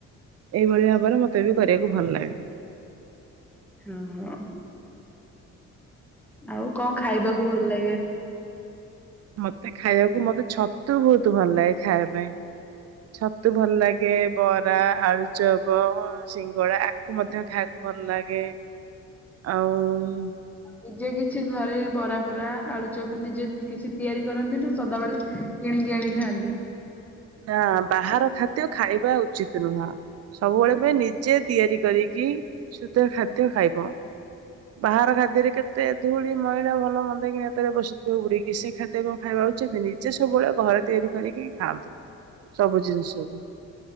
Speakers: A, on the right (about 55°); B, in the centre.
A: ଏଇଭଳି ଭାବରେ ମତେ ବି କରିବାକୁ ଭଲ ଲାଗେ।
B: ହଁ ହଁଅ। ଆଉ କଣ ଖାଇବାକୁ ଭଲ ଲାଗେ।
A: ମତେ ଖାଇବାକୁ ମତେ ଛତୁ ବୋହୁତ ଭଲ ଲାଗେ ଖାଇବା ପାଇଁ। ଛତୁ ଭଲ ଲାଗେ। ବରା, ଆଳୁଚପ, ସିଙ୍ଗଡା ଆକୁ ମଧ୍ୟ ଖା ଭଲ ଲାଗେ ଆଉ ଉଁ
B: ନିଜେ କିଛି ଘରେ ବରା ଫରା ଆଳୁଚପ ନିଜେ କିଛି ତିଆରି କରନ୍ତି ନା ସଦାବେଳେ କିଣି ଆଣି ଖାନ୍ତିି।
A: ନା ବାହାର ଖାଦ୍ୟ ଖାଇବା ଉଚିତ ନୁହଁ। ସବୁବେଳେ ବି ନିଜେ ତିଆରି କରିକି ଶୁଦ୍ଧ ଖାଦ୍ୟ ଖାଇବ। ବାହାର ଖାଦ୍ୟରେ କେତେ ଧୂଳି ମଇଳା ଭଲ ମନ୍ଦେକି ଏତରେ ବସୁଥିବ ବୁଡିକି ସେ ଖାଦ୍ୟ କଣ ଖାଇବା ରହୁଛନ୍ତି ନିଜେ ସବୁବେଳେ ଘରେ ତିଆରି କରିକି ଖାଆନ୍ତୁ। ସବୁ ଜିନିଷ ସବୁ